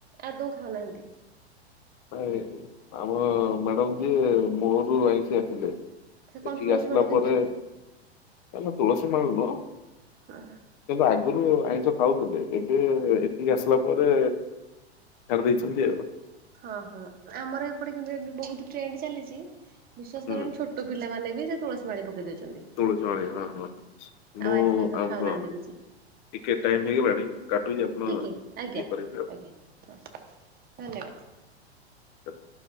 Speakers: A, on the right (about 25°); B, on the left (about 45°).
A: ଏଦୌ ଖାଉନାହାନ୍ତି?
B: ନାଇ ଆମ ମ୍ୟାଡ଼ମ୍ ଯିଏ ମୂଳରୁ ଆଇଁଷିଆ ଥିଲେ
A: ସେ କଣ
B: ଏଠିକି
A: ତୁଳସୀ
B: ଆସିଲା
A: ମାଳି
B: ପରେ
A: ପିନ୍ଧଛନ୍ତି?
B: <unintelligible> ତୁଳସୀ ମାଳ ନୁହଁ।
A: ହଁ ହାଁ।
B: କିନ୍ତୁ ଆଗରୁ ଆଇଁଷ ଖାଉଥିଲେ ଏବେ ଏଠିକି ଆସିଲା ପରେ ଛାଡ଼ିଦେଇଛନ୍ତି ଆଉ।
A: ହଁ ହଁ ଆମର ଏପଟେ କିନ୍ତୁ ଏ ବହୁତ ଟ୍ରେଣ୍ଡ ଚାଲିଛି। ବିଶ୍ୱାସ
B: ହୁଁ
A: କରିବେନି ଛୋଟ ପିଲାମାନେ ବି ସେ ତୁଳସୀ ମାଳି ପକେଇ ଦଉଛନ୍ତି।
B: ତୁଳସୀ ମାଳି ହଁ ହଁ ମୁଁ
A: ଆଇଁଷ ଫାଇଁଷ
B: ଆମ
A: ଖାଉନାହାନ୍ତି
B: ଟିକେ
A: କିଛି।
B: ଟାଇମ ହେଇଗଲାଣି। କାଟୁଛି ଆପଣ
A: ଠିକି ଆଜ୍ଞା
B: ଇଏ କରିବେ ଆଉ।
A: ଆଜ୍ଞା ହଁ ଧନ୍ୟବାଦ।
B: <inaudible>